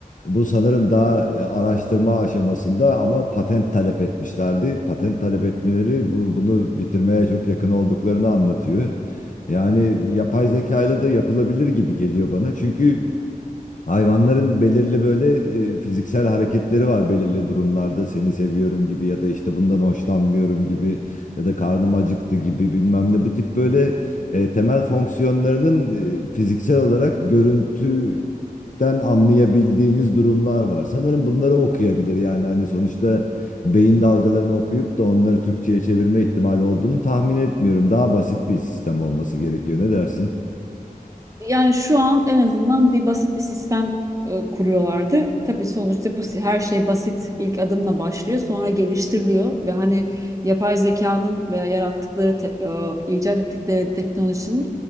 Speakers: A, on the left; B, on the right.
A: Bu sanırım daha e, araştırma aşamasında ama patent talep etmişlerdi. Patent talep etmeleri bu, bunu bitirmeye çok yakın olduklarını anlatıyor. Yani yapay zeka ile de yapılabilir gibi geliyor bana. Çünkü Hayvanların belirli böyle e, fiziksel hareketleri var belirli durumlarda seni seviyorum gibi ya da işte bundan hoşlanmıyorum gibi ya da karnım acıktı gibi bilmem ne bu tip böyle e, temel fonksiyonlarının e, fiziksel olarak görüntüden anlayabildiğimiz durumlar var. Sanırım bunları okuyabilir yani hani sonuçta beyin dalgalarını okuyup da onları Türkçe'ye çevirme ihtimali olduğunu tahmin etmiyorum. Daha basit bir sistem olması gerekiyor ne dersin?
B: Yani şu an en azından bir basit bir sistem e, kuruyorlardı. Tabii sonuçta bu si- her şey basit ilk adımla başlıyor, sonra geliştiriliyor ve hani yapay zekanın veya yarattıkları te- e, icat ettikleri teknolojinin